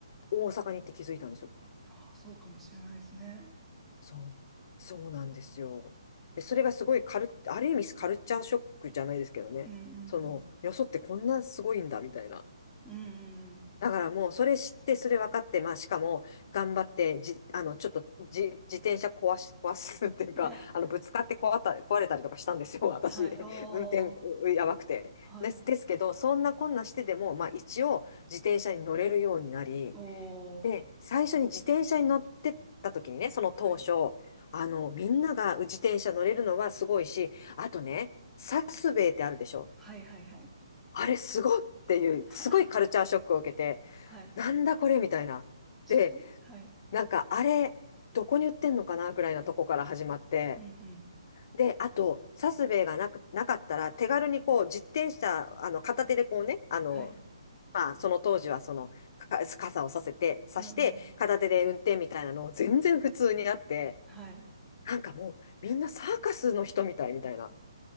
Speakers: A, on the left; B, in the centre.
A: 大阪に行って気づいたんですよ。
B: あー、そうかもしれないですね。
A: そう、そうなんですよ。で、それがすごいカル、ある意味カルチャーショックじゃないですけどね。
B: うんうんうん。
A: その、よそってこんなすごいんだ、みたいな。
B: うんうんうん。
A: だからもう、それ知って、それ分かって、まあ、しかも、頑張って、じ、あの、ちょっと、じ、自転車壊し、壊すっていうか、
B: <laughs>
A: あの、ぶつかって壊った、壊れたりとかしたんですよ、私。
B: はい。
A: <laughs>
B: おー。
A: 運転、うやばくて。
B: はい。
A: です、ですけど、そんなこんなしてでも、まあ、一応、自転車に乗れるようになり、
B: おー。
A: で、最初に自転車に乗ってった時にね、その当初、
B: はい。
A: あの、みんなが自転車乗れるのはすごいし、あとね、サスベイってあるでしょ。
B: はいはいはい。
A: あれすごっていう、
B: <laughs>
A: すごいカルチャーショックを受けて、
B: はい。
A: なんだこれみたいな。
B: 確かに。
A: で、
B: はい。
A: なんかあれ、どこに売ってんのかなぐらいなとこから始まって。
B: うんうん。
A: で、あと、サスベイがなく、なかったら、手軽にこう、自転車、あの、片手でこうね、あの、
B: はい。
A: まあ、その当時はその、か <laughs> 傘をさせて、さして、
B: うんうん。
A: 片手で運転みたいなのを全然普通にあって、
B: はい。
A: なんかもう、みんなサーカスの人みたいみたいな、